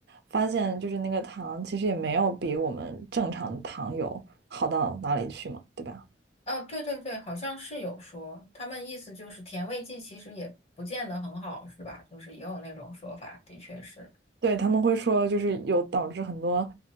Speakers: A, on the right; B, on the left.
A: 发现，就是那个糖其实也没有比我们正常的糖有好到哪里去嘛，对吧？
B: 啊，对对对，好像是有说，他们意思就是甜味剂其实也不见得很好，是吧？就是也有那种说法，的确是。
A: 对，他们会说就是有导致很多